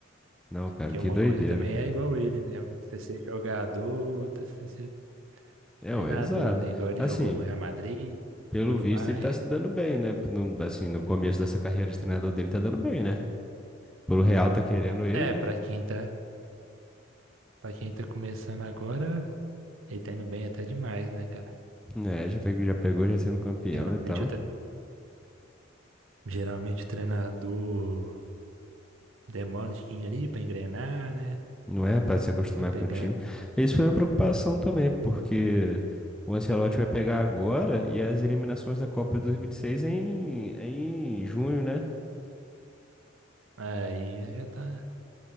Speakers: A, in the centre; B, on the right.
A: Não, cara,
B: que
A: que
B: é uma
A: doideira.
B: coisa também é igual ele, né? Você ser jogador, outra você ser
A: Não,
B: treinador,
A: exato.
B: né? Igual ele
A: Assim,
B: jogou no Real Madrid,
A: pelo
B: jogou no
A: visto
B: Bayern.
A: ele tá se dando bem, né? No, assim, no começo dessa carreira de treinador dele tá dando bem, né? Pelo Real tá querendo ele,
B: É, pra quem tá, para quem tá começando agora, ele tá indo bem até demais, né, cara?
A: né? É, já foi, já pegou, já sendo campeão
B: Geralmente
A: e tal.
B: o, tre- geralmente o treinador demora um tiquinho ali pra engrenar, né?
A: Não é pra se acostumar
B: Pra pegar.
A: com o time. Isso foi uma preocupação também, porque o Ancelotti vai pegar agora e as eliminações da Copa
B: Uhum.
A: dos 26 é em, é em junho, né?
B: Aí já tá,